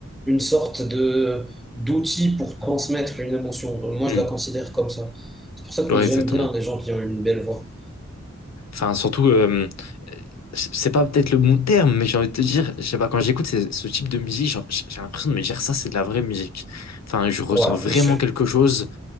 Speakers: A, in the centre; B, on the left.
A: une sorte de d'outil pour transmettre une émotion. Euh, Moi,
B: Hmm.
A: je la considère comme ça. C'est pour ça
B: Ouais,
A: que j'aime
B: exactement.
A: bien les gens qui ont une belle voix.
B: Enfin, surtout, euh, c'est pas peut-être le bon terme, mais j'ai envie de te dire, je sais pas, quand j'écoute ce, ce type de musique, genre, j'ai j'ai l'impression de me dire ça, c'est de la vraie musique. Enfin, je ressens
A: Ouais,
B: vraiment
A: bien sûr,
B: quelque chose